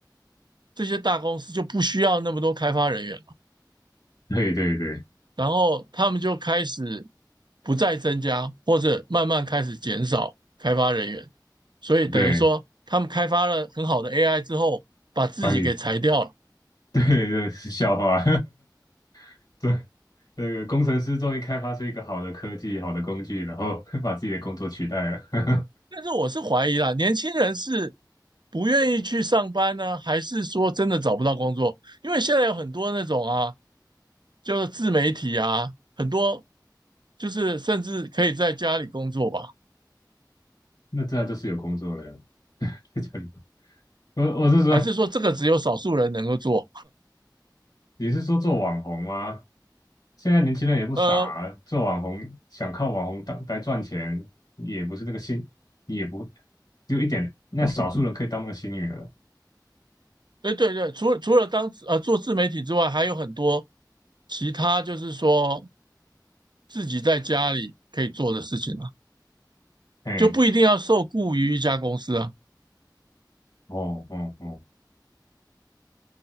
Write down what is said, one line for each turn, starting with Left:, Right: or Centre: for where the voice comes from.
Right: 这些大公司就不需要那么多开发人员了，
Left: <laughs> 对对对
Right: 然后他们就开始不再增加，或者慢慢开始减少开发人员，所以等于说他们开发了很好的
Left: 对，
Right: AI 之后，把自己给裁掉了，
Left: 把你 <laughs> 对对是笑话，<laughs> 对，那个工程师终于开发出一个好的科技、好的工具，然后 <laughs> 把自己的工作取代了，<laughs>
Right: 但是我是怀疑啦，年轻人是不愿意去上班呢，还是说真的找不到工作？因为现在有很多那种啊，就是自媒体啊，很多就是甚至可以在家里工作吧？
Left: 那这样就是有工作了呀，<laughs> 在这里。我我是说，
Right: 还是说这个只有少数人能够做？
Left: 你是说做网红吗？现在年轻人也不傻啊做网红想靠网红当来赚钱，
Right: 呃，
Left: 也不是那个幸，也不只有一点，那少数人可以当那个幸运儿，
Right: 对对对，除了除了当呃做自媒体之外，还有很多其他就是说自己在家里可以做的事情啊，
Left: 哎。
Right: 就不一定要受雇于一家公司啊。
Left: 哦哦哦